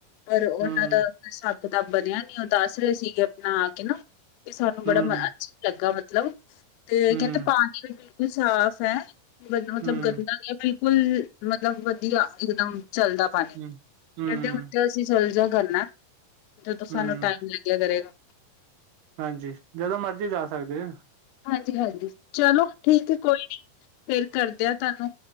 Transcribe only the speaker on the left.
ਪਰ ਉਹਨਾਂ
ਦਾਬ ਕਿਤਾਬ ਬਣਿਆ ਨੀ ਉਹ ਦੱਸ ਰਹੇ ਸੀਗੇ ਆਪਣਾ ਆ ਕੇ ਨਾ ਤੇ ਸਾਨੂੰ
ਬੜਾ ਅੱਛਾ ਲੱਗਾ ਮਤਲਬ ਮਤਲਬ ਤੇ
ਕਹਿੰਦੇ ਪਾਣੀ ਵੀ ਬਿਲਕੁਲ ਸਾਫ ਹੈ ਬ ਮਤਲਬ
ਗੰਦਾ ਨਿ ਹੈ ਬਿਲਕੁਲ। ਬਿਲਕੁਲ ਮਤਲਬ ਵਧੀਆ ਇਕਦਮ ਚਲਦਾ ਪਾਣੀ ਕਹਿੰਦੇ
ਹੁੰਦੇ ਅਸੀਂ ਚਲ ਜਾ। ਕਰਨਾ ਜਦੋਂ ਸਾਨੂੰ
ਟਾਈਮ ਲੱਗਿਆ ਕਰੇਗਾ।
ਹਾਂਜੀ ਹਾਂਜੀ ਚਲੋ ਠੀਕ ਹੈ ਕੋਈ ਨੀ। ਫੇਰ ਕਰਦਿਆਂ ਤੁਹਾਨੂੰ